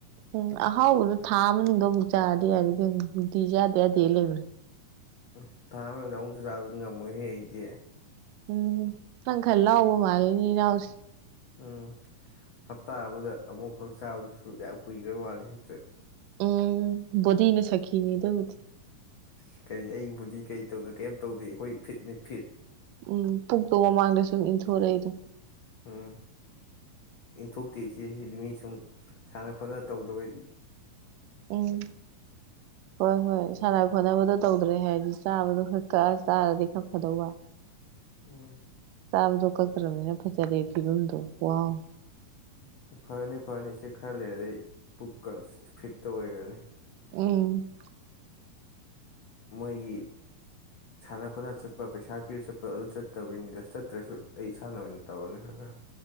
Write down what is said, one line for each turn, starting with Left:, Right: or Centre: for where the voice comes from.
Right: ꯎꯝ ꯑꯍꯥꯎꯕꯗꯣ ꯊꯥ ꯑꯃꯗꯣ ꯑꯃꯨꯛ ꯆꯥꯔꯗꯤ ꯌꯥꯔꯗꯤ ꯃꯗꯤ ꯂꯩ ꯏꯕꯦ
Left: ꯎꯝ ꯊꯥ ꯑꯃꯒꯤꯗ ꯑꯃꯨꯛꯇ ꯆꯥꯗꯨꯅ ꯉꯝꯃꯣꯏꯍꯦ ꯑꯩꯗꯤ
Right: ꯎꯝ ꯄꯪ ꯈꯔ ꯂꯥꯎꯕ ꯃꯥꯒꯤꯅꯤ ꯂꯁꯤ
Left: ꯎꯝ ꯍꯞꯇꯥ ꯑꯃꯗ ꯑꯃꯨꯛꯈꯛ ꯆꯥꯕꯗꯨꯁꯨ ꯌꯥꯝ ꯀꯨꯏꯈ꯭ꯔ ꯃꯥꯂꯦ ꯍꯦꯛꯇ
Right: ꯎꯝ ꯅ ꯁꯈꯈꯤꯅꯤꯗꯗꯤ
Left: ꯑ ꯀꯔꯤ ꯑꯩꯕꯨꯗꯤ ꯀꯔꯤ ꯇꯧꯗꯦ ꯀꯔꯤꯝ ꯇꯧꯗꯦ ꯑꯩꯈꯣꯏ ꯐꯤꯠꯅꯤ ꯐꯤꯠ
Right: ꯎꯝ ꯄꯨꯛꯇꯣ ꯃꯃꯥꯡꯗ ꯁꯨꯝ ꯏꯟꯊꯣꯔꯛꯏꯗꯣ
Left: ꯎꯝ ꯏꯟꯊꯣꯛꯇꯤ ꯏꯆꯦꯁꯤꯗꯤ ꯃꯤ ꯁꯨꯝ ꯁꯥꯟꯅ ꯈꯣꯠꯅ ꯇꯧꯗꯕ
Right: ꯎꯝ ꯍꯣꯏ ꯍꯣꯏ ꯁ ꯍꯣꯠꯅꯕꯗꯣ ꯇꯧꯗ꯭ꯔꯦ ꯍꯥꯏꯗꯤ ꯆꯥꯕꯗꯣ ꯈꯔ ꯀꯛꯑ ꯆꯥꯔꯗꯤ ꯈꯛ ꯐꯗꯧꯕ
Left: ꯎꯝ
Right: ꯆꯥꯕꯗꯣ ꯀꯛꯇ꯭ꯔꯕꯅꯤꯅ ꯐꯖꯗꯦ ꯐꯤꯕꯝꯗꯣ ꯋꯥꯎ
Left: ꯐꯔꯅꯤ ꯐꯔꯅꯤ ꯁꯤ ꯈꯜꯂꯦ ꯑꯗꯩ ꯄꯨꯛ ꯐꯤꯠꯇ ꯑꯣꯏꯈ꯭ꯔꯅꯤ
Right: ꯎꯝ
Left: ꯃꯣꯏꯒꯤ ꯁꯥꯟꯅ ꯈꯣꯠꯅ ꯆꯠꯄ ꯄꯩꯁꯥ ꯄꯤꯔ ꯆꯠꯄ ꯑꯗꯨ ꯆꯠꯇꯕꯅꯤ ꯂꯁ ꯆꯠꯇ꯭ꯔꯁꯨ ꯑꯩ ꯏꯁꯥꯅ ꯑꯣꯏꯅ ꯇꯧꯔꯅꯤ ꯈꯔ ꯈꯔ